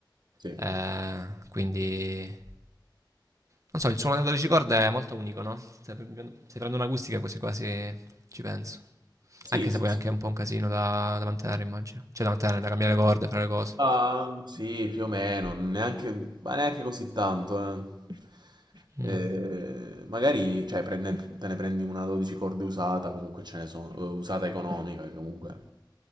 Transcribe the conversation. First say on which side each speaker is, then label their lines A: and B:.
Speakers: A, on the right; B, on the right.
A: Sì,
B: Eh, quindi... Non so, il suono delle 12 corde è molto unico, no? Se, se prendo un'acustica quasi quasi ci penso.
A: sì,
B: Anche
A: sì.
B: se poi
A: sì.
B: è anche un po' un casino da, da mantenere immagino. Cioè da mantenere, da cambiare le corde, fare le cose.
A: Ah, sì, più o meno, neanche, ma neanche così tanto. eh.
B: Mm.
A: Eh, magari, cioè, prende- te ne prendi una 12 corde usata, comunque ce ne sono, eh, usata economica, che comunque